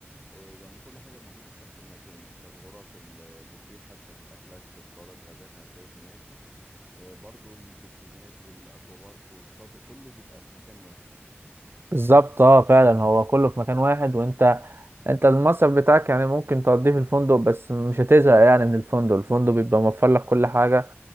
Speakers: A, in the centre; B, on the right (about 60°).
A: إيه، لأن كل حاجة موجودة في نفس المكان أنت الغرف البوفيه حتى في أكلك في فطارك غداك عشاك هناك إيه، برضو البسينات والأكوا بارك والشاطئ كله بيبقى في مكان واحد
B: بالظبط اه فعلا هو كله في مكان واحد وانت انت المصرف بتاعك يعني ممكن تقضيه في الفندق بس مش هتزهق يعني من الفندق الفندق بيبقى موفر لك كل حاجة